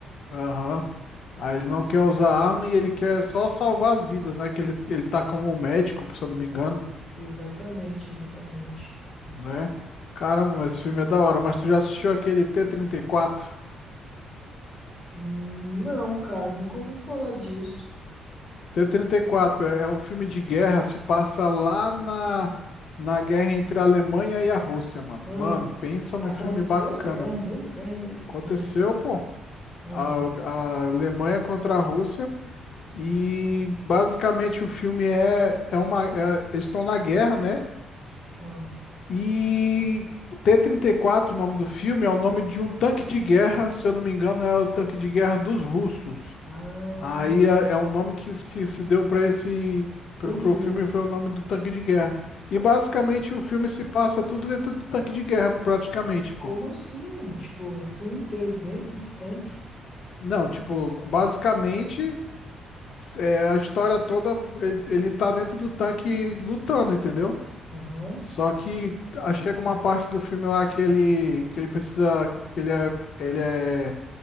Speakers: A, on the left (about 50°); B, on the left (about 25°).
A: Aham. Aí ele não quer usar arma e ele quer só salvar as vidas, né? Que ele, ele tá como um médico, se eu não me engano,
B: Exatamente, exatamente.
A: né? Caramba, esse filme é da hora. Mas tu já assistiu aquele t trinta e quatro?
B: Hum, não, cara, nunca ouvi falar disso.
A: T-34 trinta e quatro é, é um filme de guerra, se passa lá na, na guerra entre a Alemanha e a Rússia, mano.
B: Ah.
A: Mano, pensa
B: E
A: num
B: Aconteceu
A: filme bacana.
B: essa guerra mesmo? Guerra
A: Aconteceu,
B: de Alemanha?
A: pô.
B: Ah,
A: A, a Alemanha contra a Rússia. E basicamente o filme é, é uma. é- eles estão na guerra, né?
B: ah.
A: E o T-34, o nome do filme, é o nome de um tanque de guerra, se eu não me engano, é o tanque de guerra dos russos.
B: Ah,
A: Aí é, é o nome que, se- que se deu para esse pro,
B: pro
A: pro
B: filme.
A: filme foi o nome do tanque de guerra. E basicamente o filme se passa tudo dentro do tanque de guerra, praticamente,
B: Como
A: pô.
B: assim, mano? Tipo, um filme inteiro dentro do tanque.
A: Não, tipo, basicamente s- é, a história toda e- ele tá dentro do tanque lutando, entendeu?
B: Aham,
A: Só que ah, chega uma parte do filme lá que ele, que ele precisa, que ele é, ele é